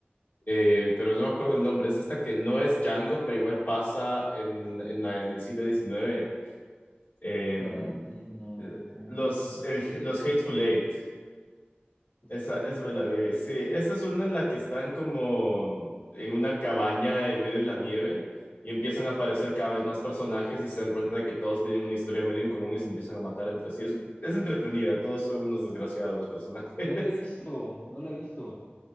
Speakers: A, on the left (about 55°); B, on the left (about 40°).
A: eh, pero no me acuerdo el nombre, es esta que no es Django, pero igual pasa en, en la, en el siglo XIX. Eh,
B: Tarantino.
A: eh,
B: mm, mm,
A: los, el- los
B: mm,
A: Hateful Eight,
B: Los
A: esa,
B: Hateful
A: esa me la
B: Eight.
A: vi. Sí, esa es una en la que están como en una cabaña en medio de la nieve y empiezan a aparecer cada vez más personajes y se dan cuenta de que todos tienen una historia medio en común y se empiezan a matar entre sí. Es, es entretenida, todos son unos
B: Ah,
A: desgraciados los personajes.
B: no la he visto,
A: <laughs>
B: no la he visto.